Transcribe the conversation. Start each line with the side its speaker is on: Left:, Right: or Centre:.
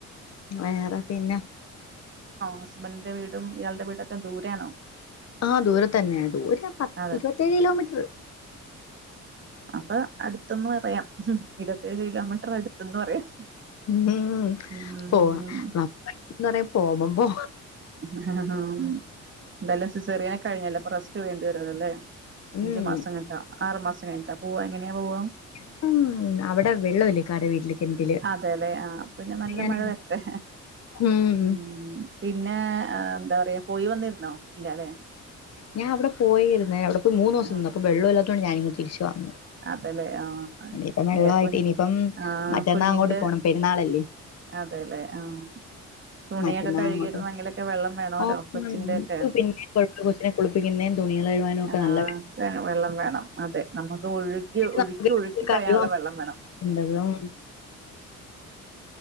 Left: വേറെ പിന്നെ
Right: ഹസ്ബൻന്റെ വീടും ഇയാൾടെ വീടൊക്കെ ദൂരയാണോ
Left: ആ ദൂരെ തന്നെയാ ദൂര പ
Right: അതെ
Left: ഇരുപത്തിയേഴ് കിലോമീട്ർ
Right: പ്പം അടുത്തന്ന് പറയാം ഇരുപത്തെഴ് കിലോമീറ്റർ അടുത്തന്ന് പറയാം
Left: ഉം
Right: ഉം
Left: പോവാ നമ്മ എന്താ പറയാ പോവമ്പോ
Right: ഹും ഹ ഹ എന്താലെ സിസേറിയൻ കഴിഞ്ഞല്ല അപ്പൊ റസ്റ്റ്‌ വേണ്ടി വരോലല്ലേ
Left: ഉം
Right: അഞ്ചു മാസം കൈയിട്ട ആറു മാസം അത് കയഴിഞ്ട്ടേ പോവാ അങ്ങനെയാ പോവാ
Left: എല്ലാം അവിടെ വെള്ളമില്ലേ ഇക്കാടെ വീട്ടില് കിണറ്റില്
Right: അതേ ലേ ആ പിന്നെ നല്ല
Left: ഞാൻ
Right: മഴ വരണ്ടേ
Left: ഉം
Right: മ് പിൻ പിന്നെ എന്താ പറയാ പോയി വന്നിരുന്നോ ഇല്ല അല്ലെ
Left: ഞാൻ അവിടെ പോയിരുന്നെ അവിടെ ഇപ്പം മൂന്നോസം
Right: ആഹ്
Left: നിന്ന് അപ്പോ വെള്ളൊല്ലാ ഞാനിങ്ങ് തിരിച്ചു വന്നു
Right: അതെല്ലേ ആഹ്
Left: ഇനിയിപ്പം വെള്ളവായിട്ട്
Right: ഇയാക്ക് പിന്നെ
Left: ഇനിയിപ്പം
Right: ആഹ്
Left: മറ്റന്നാ
Right: കുഞ്ഞിന്റെ
Left: അങ്ങോട്ട് പോണം പെരുന്നാളല്ലേ
Right: അതെല്ലേ ആഹ് തുണിയൊക്കെ
Left: മറ്റന്നാ
Right: കഴുകിയിടണെങ്കിലൊക്കെ
Left: അങ്ങോട്ട്
Right: വെള്ളം വേണോല്ലോ
Left: ആഹ്
Right: കൊച്ചിന്റെ
Left: നമുക്ക്
Right: ഒക്കെ
Left: പിന്നെ കൊഴപ്പ കൊച്ചിനെ കുളിപ്പിക്കുന്നേം തുണികൾ കഴുവാനും ഒക്കെ
Right: ആ
Left: നല്ല
Right: വെള്ളം വേണം അതെ നമ ഒഴുകി
Left: നമുക്ക്
Right: ഒഴുക്കി ഒഴുക്കി
Left: കഴിവാൻ
Right: കളയാനുള്ള വെള്ളം വേണം
Left: പറ്റണ്ടതും